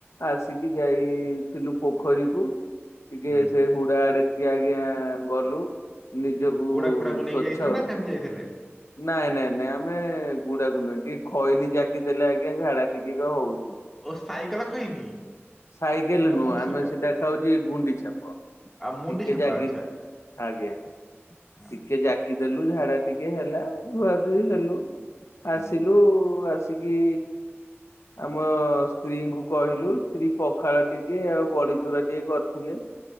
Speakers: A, on the left (about 80°); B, in the centre.
A: ଆସିକି ଯାଇଥିଲୁ ପୋଖରୀକୁ। ଟିକେ
B: ହୁଁ
A: ସେ ହୁଡା ଆଡେ ଟିକେ ଆଜ୍ଞା ଗଲୁ। ନିଜକୁ
B: ଗୁଡାକ
A: ସ୍ୱଚ୍ଛ।
B: ଫୁଡାକୁ ନେଇକି ଯାଇଥିଲେ ନା ସେମିତି ଯାଇଥିଲେ
A: ନାଇଁ ନାଇଁ ନାଇଁ ଆମେ ଗୁଡାକୁ ନୁହେଁ ଟିକେ ଖଇନି ଜାକି ଦେଲେ ଆଜ୍ଞା ଝାଡା ଟିକିକ ହଉଛି।
B: ଓ ସାଇକେଲ ଖଇନି
A: ସାଇକେଲ
B: ନା
A: ନୁହଁ
B: ମୁଣ୍ଡି
A: ଆମେ
B: ସପ
A: ସେଟା ଖାଉଛୁ ଗୁଣ୍ଡି ଛାପ
B: ଆଉ ମୁଣ୍ଡି
A: ଟିକେ
B: ଛାପା
A: ଜାଗି
B: ଆଚ୍ଛା ଆଚ୍ଛା
A: ଆଜ୍ଞା
B: ହଁ
A: ଟିକେ ଜାକିଦଲୁ ଝାଡା ଟିକେ ହେଲା ଧୁଆ ଧୁଇ ହେଲୁ। ଆସିଲୁ
B: ହୁଁ
A: ଆସିକି ଆମ ସ୍ତ୍ରୀଙ୍କୁ କହିଲୁ ସ୍ତ୍ରୀ ପଖାଳ ଟିକେ ଆଉ ବଡ଼ିଚୁରା ଟିକେ ଟେ କରିଥିଲେ